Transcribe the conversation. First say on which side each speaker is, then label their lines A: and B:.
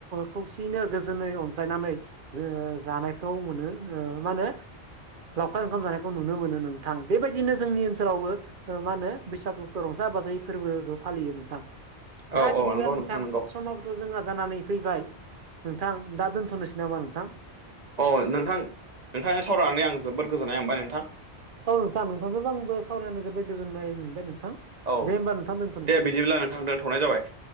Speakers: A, on the right (about 50°); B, on the right (about 40°).
A: खौसेयैनो गोजोनै अनज्लायनानै ओ जानायखौ मोनो ओ मा होनो लावखार ओंखाम जानायखौ नुनो मोनो नोंथां बेबायदिनो जोंनि ओनसोलावबो ओ मा होनो बैसागुखौ रंजा बाजायै फोरबोखौ फालियो नोंथां दा
B: औ
A: बिदिब्ला
B: औ नंगौ
A: नोंथां
B: नंगौ
A: समाव थ' जोंहा जानानै फैबाय नोंथां दा दोन्थ'नोसै नामा नोंथां?
B: अ नोंथां नोंथांजों सावरायनानै आं जोबोद गोजोननाय मोनबाय नोंथां
A: औ नोंथां नोंथांजोंबो आंबो सावरायनानै जोबोद गोजोन्नाय मोनबाय नोंथां
B: औ
A: दे होमबा नोंथां दोन्थ'
B: दे बिदिब्ला नोंथां दोनथ'नाय जाबाय